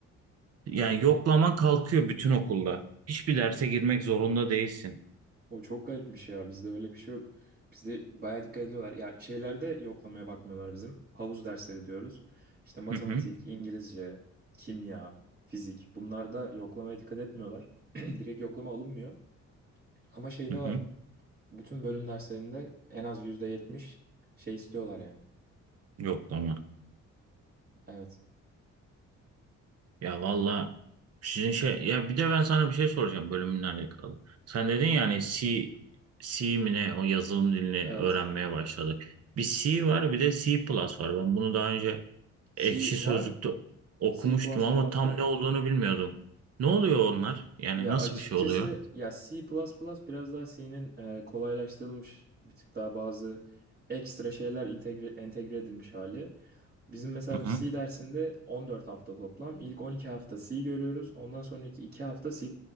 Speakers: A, on the right; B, on the right.
A: Yani yoklaman kalkıyor bütün okulda. Hiçbir derse girmek zorunda değilsin.
B: O çok garipmiş ya. Bizde öyle bir şey yok. Bizde bayağı dikkat ediyorlar. Ya şeylerde yoklamaya bakmıyorlar bizim. Havuz dersleri diyoruz. İşte matematik,
A: Hı hı.
B: İngilizce, kimya, fizik. Bunlarda yoklamaya dikkat etmiyorlar. <clears throat> Direkt yoklama alınmıyor. Ama şeyde
A: Hı
B: var.
A: hı.
B: Bütün bölüm derslerinde en az %70 şey istiyorlar yani.
A: Yok ama.
B: Evet.
A: Ya valla sizin şey ya bir de ben sana bir şey soracağım bölümünle alakalı. Sen dedin ya hani C, C mi ne o yazılım dilini
B: Evet.
A: öğrenmeye başladık. Bir C var bir de C plus var. Ben bunu daha önce
B: C
A: Ekşi
B: var.
A: Sözlük'te okumuştum
B: C++ var.
A: ama tam ne olduğunu bilmiyordum. Ne oluyor
B: Y-
A: onlar? Yani
B: Ya
A: nasıl
B: açıkçası
A: bir şey oluyor?
B: ya C++ biraz daha C'nin e, kolaylaştırılmış bir tık daha bazı ekstra şeyler entegre, entegre edilmiş hali. Bizim mesela
A: Hı
B: bu C
A: hı.
B: dersinde 14 hafta toplam. İlk 12 hafta C görüyoruz. Ondan sonraki 2 hafta C++